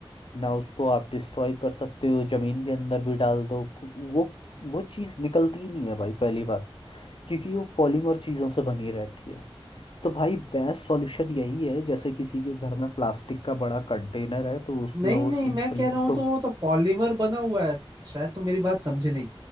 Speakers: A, on the left; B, on the right.
A: ना उसको आप डिस्ट्रॉय कर सकते हो जमीन के अंदर भी डाल दो वो वो चीज़ निकलती ही नहीं है भाई पहली बात क्योंकि वो पॉलीमर चीज़ों से बनी रहती है तो भाई बेस्ट सॉल्यूशन यही है जैसे किसी के घर में प्लास्टिक का बड़ा कंटेनर है तो उसमें
B: नहीं
A: वो
B: नहीं
A: सिंपली
B: मैं कह
A: उसको
B: रहा हूँ तो वो तो पॉलीमर बना हुआ है शायद तुम मेरी बात समझे नहीं